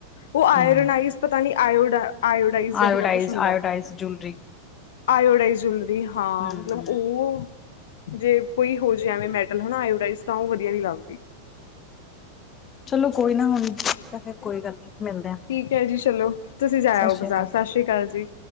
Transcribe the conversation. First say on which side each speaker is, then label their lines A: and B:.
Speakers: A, on the left; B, on the left.
A: ਉਹ ਆਇਰਨਾਈਜ਼
B: ਹਮ
A: ਪਤਾ ਨੀ, ਆਡ ਆਓਡਾਈਜ਼ ਰਹੇ
B: ਆਇਓਡਾਈਜ਼
A: ਕੁਛ ਹੁੰਦਾ।
B: Iodise jewellery.
A: ਆਓਡਾਈਲ ਹਾਂ,
B: ਹਮ
A: ਮਤਲਬ ਉਹ ਜੇ ਕੋਈ ਹੋਰ ਜਿ ਐਵੇਂ ਮੈਟਲ ਹਨਾ ਆਓਰਾਈਜ਼, ਤਾਂ ਉਹ ਵਧੀਆ ਨੀ ਲਗਦੀ।
B: ਚਲੋ ਕੋਈ ਨਾ, ਹੁਣ ਠੀਕ ਆ, ਫੇਰ ਕੋਈ ਗੱਲ ਨੀ। ਮਿਲਦੇ ਆ
A: ਠੀਕ ਹੈ ਜੀ ਚਲੋ, ਤੁਸੀਂ ਜਾਇਓ
B: ਸਤਿ ਸ੍ਰੀ
A: ਬਾਜ਼ਾਰ,
B: ਅਕਾਲ
A: ਸਤਿ ਸ੍ਰੀ ਅਕਾਲ ਜੀ।